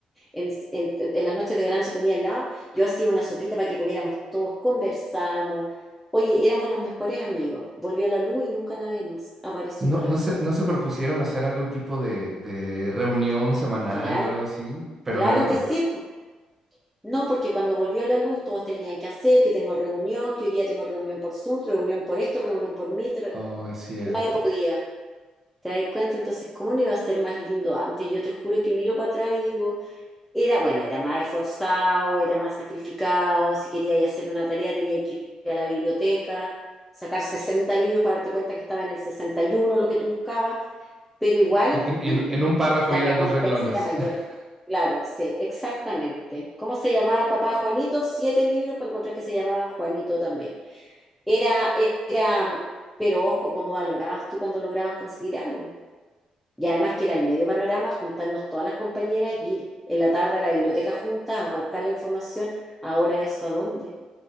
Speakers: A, in the centre; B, on the right.
A: en, en- en las noches de verano se ponía al lado, yo hacía una sopita para que comiéramos todos, conversamos. Oye, éramos los mejores amigos. Volvió la luz y nunca nadie más apareció
B: no,
A: por
B: no
A: acá.
B: se, no se propusieron hacer algún tipo de, de reunión semanal
A: Claro,
B: o algo así, pero
A: claro
B: nadie fue.
A: que sí. po. No, porque cuando volvió la luz todos tenían que hacer, que tengo reunión, que hoy día tengo reunión por Zoom, reunión por esto, reunión por Meet, re-
B: Oh, es cierto.
A: nadie podía. ¿Te das cuenta? Entonces, ¿cómo no iba a ser más lindo antes? Yo te juro que miro para atrás y digo... Era, bueno, era más esforzado, era más sacrificado. Si quería ir a hacer una tarea, tenía que ir a la biblioteca, sacar 60 libros para darte cuenta que estaba en el 61 lo que tú buscabas, pero igual
B: Y en, y en- en un párrafo
A: la
B: y eran
A: recompensa
B: dos renglones.
A: era mayor.
B: <laughs>
A: Claro, sí, exactamente. ¿Cómo se llamaba el papá de Juanito? Siete libros para encontrar que se llamaba Juanito también. Era, era, pero ojo, ¿cómo valorabas tú cuando lograbas conseguir algo? Y además que era el medio panorama juntarnos todas las compañeras y ir en la tarde a la biblioteca juntas a buscar la información. Ahora eso, ¿a dónde?